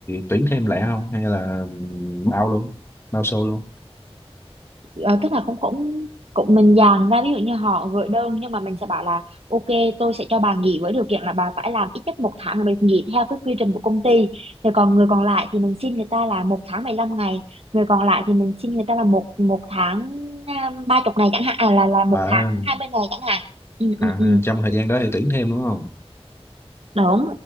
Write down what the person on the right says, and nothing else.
Ờ, tức là cũng cũng cũng mình dàn ra ví dụ như họ gửi đơn nhưng mà mình sẽ bảo là ok tôi sẽ cho bà nghỉ với điều kiện là bà phải làm ít nhất một tháng là mình nghỉ theo cái quy trình của công ty thì còn người còn lại thì mình xin người ta là một tháng mười lăm ngày người còn lại thì mình xin người ta là một một tháng à, ba chục ngày chẳng hạn à, là là một
tháng hai mươi ngày chẳng hạn ừ,
ừ, ừ.
Đúng.